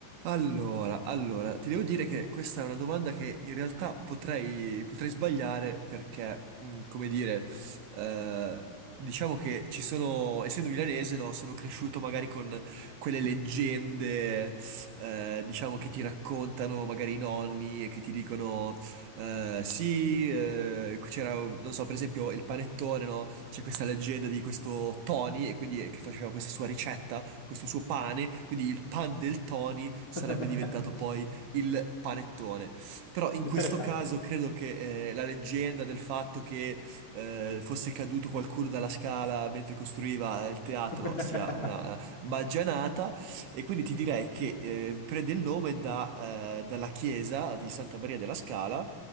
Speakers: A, on the right (about 70°); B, on the left (about 25°).
A: Allora, allora, ti devo dire che questa è una domanda che in realtà potrei, potrei sbagliare perché, mh, come dire, eh, diciamo che ci sono, essendo milanese, no, sono cresciuto magari con quelle leggende, eh, diciamo, che ti raccontano magari i nonni e che ti dicono eh, sì, eh, c'era, non so, per esempio il panettone, no? C'è questa leggenda di questo Tony, e quindi eh, che faceva questa sua ricetta, questo suo pane, quindi il pan del Tony
B: <laughs>
A: sarebbe diventato poi il panettone. Però in questo
B: Interessante.
A: caso credo che eh, la leggenda del fatto che eh, fosse caduto qualcuno dalla scala mentre costruiva il teatro
B: <laughs>
A: sia una eh, baggianata, e quindi ti direi che eh, prende il nome da, eh, dalla chiesa di Santa Maria della Scala